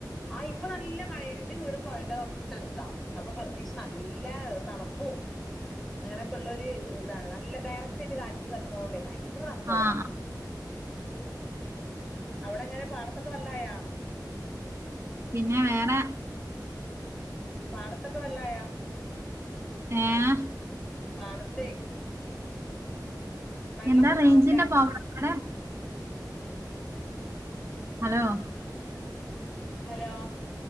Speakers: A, in the centre; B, on the right.
A: ആഹ് ഇപ്പം നല്ല മഴേനി ഇന്റെ വീട് പോഴെന്റെ തൊട്ടെട്ത്താ അപ്പം പ്രത്യേകിച്ച് നല്ല തണുപ്പും അങ്ങനെയൊക്കെള്ളാെര് ഇതാണ് നല്ല ഡയറക്ട്ടായ്ട്ട് കാറ്റ്ന്ന് തട്ട്ണാേണ്ടെ ഭയ്ങ്കര തണ്പ്പാവെടെ
B: ആഹ്
A: അവ്ടെ എങ്ങെനെ പാടത്തൊക്കെ വെള്ളായാ
B: പിന്നെ വേറെ
A: പാടത്തൊക്കെ വെള്ളായാ
B: ഏഹ്
A: പാടത്തേ വെള്ളൊക്കെ
B: എന്താ
A: ഉണ്ടാവൂലേ
B: റെയ്ഞ്ചിന്റെ പ്രോബ്ളണ്ടവ്ടെ ഹലോ
A: ഹെലോ